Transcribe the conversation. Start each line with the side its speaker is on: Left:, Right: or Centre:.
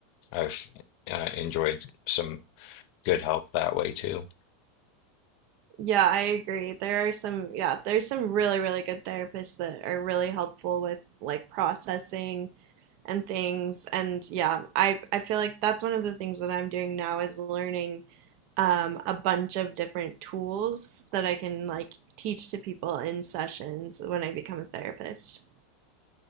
Left: I've uh, enjoyed some good help that way too.
Right: Yeah, I agree. There are some, yeah, there's some really, really good therapists that are really helpful with like processing and things. And yeah, I I feel like that's one of the things that I'm doing now is learning um, a bunch of different tools that I can like teach to people in sessions when I become a therapist.